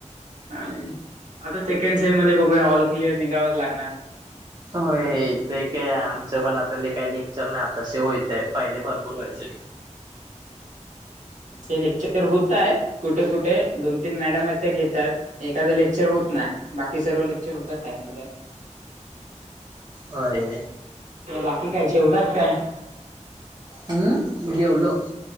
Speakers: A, on the right (about 75°); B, on the right (about 35°).
A: आणि आता सेकंड सेम मध्ये बघूया ऑल क्लिअर निघावाच लागणार.
B: होय ते काय आमचं पण आता काही लेक्चर नाही आता <unintelligible> पहिले भरपूर पुरवायचे.
A: आमचे लेक्चर होत आहेत कुठे कुठे दोन तीन मॅडम आहेत. ते घेतात, एखादं लेक्चर होत नाही, बाकी सर्व लेक्चर होतात टाइम टू टाइम.
B: होय.
A: टाइम बाकी काय जेवलाच काय
B: हम्, जेवलो.